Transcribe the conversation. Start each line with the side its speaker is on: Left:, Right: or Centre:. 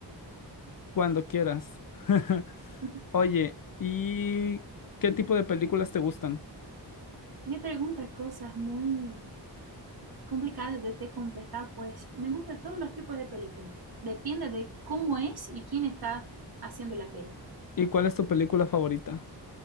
Left: cuando quieras. <laughs>
Right: <laughs>
Left: Oye, ¿y qué tipo de películas te gustan?
Right: Me pregunta cosas muy complicadas de te contestar, pues me gustan todos los tipos de películas. Depende de cómo es y quién está haciendo la peli.
Left: ¿Y cuál es tu película favorita?